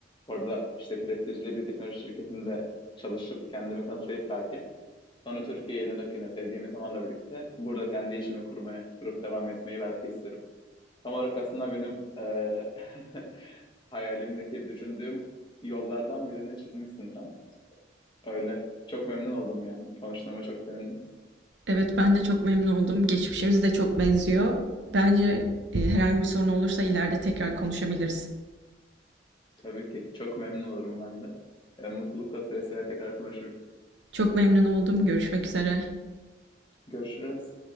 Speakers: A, on the left; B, on the right.
A: orada işte prestijli bir teknoloji şirketinde çalışıp kendimi kanıtlayıp belki sonra Türkiye'ye dönüp yine sevdiğim insanlarla birlikte burada kendi işimi kurmaya, kurup devam etmeyi belki isterim. Tam olarak aslında benim e, <laughs> hayalimdeki düşündüğüm yollardan birini çizmişsin sen. Öyle çok memnun oldum yani. Konuştuğuma çok sevindim.
B: Evet ben de çok memnun oldum. Geçmişimiz de çok benziyor. Bence e, herhangi bir sorun olursa ileride tekrar konuşabiliriz.
A: Tabii ki. Çok memnun olurum ben de. E, mutlulukla seve seve tekrar konuşurum.
B: Çok memnun oldum. Görüşmek üzere.
A: Görüşürüz.